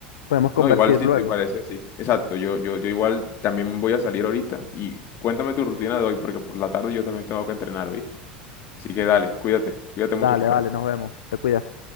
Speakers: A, on the left; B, on the left.
A: podemos conversar
B: No, igual si
A: luego.
B: te parece, sí. Exacto, yo, yo, yo igual también voy a salir ahorita y cuéntame tu rutina de hoy, porque por la tarde yo también tengo que entrenar, ¿oíste? Así que dale, cuídate, cuídate mucho,
A: Dale,
B: Ricardo.
A: dale, nos vemos. Te cuidas.